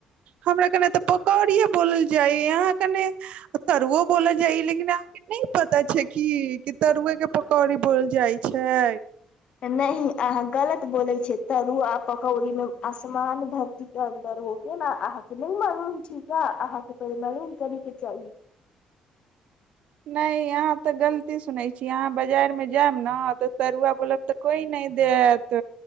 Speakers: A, on the right; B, on the left.
A: हमरा कने तऽ पकौड़िे बोलल जाय अहा कने तरुओ बोलल जाय लेकिन अहा के नहि पता छै की कि तरुए के पकौड़ी बोलल जाय छै
B: नहि अहाँ गलत बोलै छियै तरु आ पकौड़ीमे आसमान धरतीेडर हो गेल ने अहाँके नहि मालूम छी क अहाँके परिम करी कि चाली
A: नहि अहाँ तऽ गलती सुनैत छीिय अहाँ बाजारमे जायब ने तऽ तरुआ बोलब तऽ कोई नहि देत